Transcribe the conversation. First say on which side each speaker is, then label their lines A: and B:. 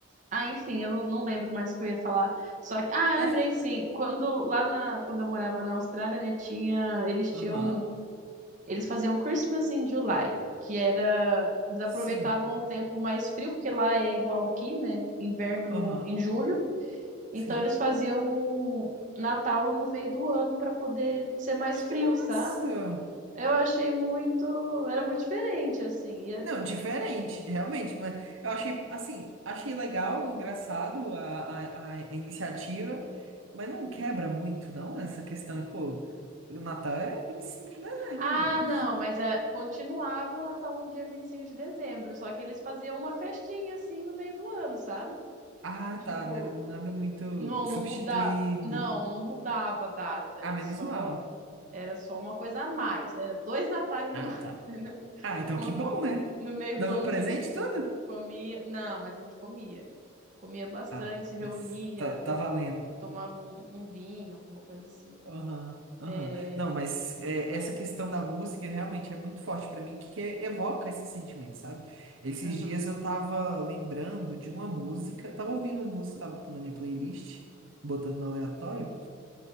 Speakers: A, on the right; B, on the right.
A: ah, enfim, eu não não lembro mais o que eu ia falar. Só que, ah,
B: <laughs>
A: eu lembrei sim. Quando lá na, quando eu morava na Austrália, né, tinha, eles tinham
B: Aham,
A: Eles faziam Christmas in July, que era. Eles aproveitavam
B: sim.
A: o tempo mais frio, porque lá é igual aqui, né? Inverno
B: Aham,
A: no, em julho. Então
B: sim.
A: eles faziam Natal no meio do ano para poder ser mais
B: Que
A: frio,
B: massa!
A: sabe? Eu achei muito. Era muito diferente, assim. E é-
B: Não, diferente, realmente, mas eu achei, assim, achei legal, engraçado a, a, a a iniciativa, mas não quebra muito, não, essa questão de, pô, o Natal é 25 de dezembro,
A: Ah,
B: né?
A: não, mas é, continuava o Natal no dia 25 de dezembro, só que eles faziam uma festinha, assim, no meio do ano, sabe?
B: Ah,
A: Tipo,
B: tá. Não era nada muito
A: não,
B: substituído.
A: não mudava. Não, não mudava a data, era
B: Ah, menos
A: só.
B: mal.
A: Era só uma coisa a mais. Era dois natais
B: Ah,
A: no ano.
B: tá.
A: <laughs> Entendeu?
B: Ah, então
A: Uma-
B: que bom, né?
A: No meio
B: Dava
A: do ano
B: presente
A: a gente
B: tudo?
A: comia. Não, mas a gente comia. Comia bastante,
B: Ah,
A: se reunia,
B: mas tá, tá
A: to-
B: valendo.
A: tomava um, um vinho, alguma coisa assim.
B: Aham, aham.
A: É...
B: Não, mas é, essa questão da música realmente é muito forte pra mim, que evoca esse sentimento, sabe? Esses
A: aham.
B: dias eu tava lembrando de uma música, tava ouvindo uma música, tava na minha playlist, botando no aleatório,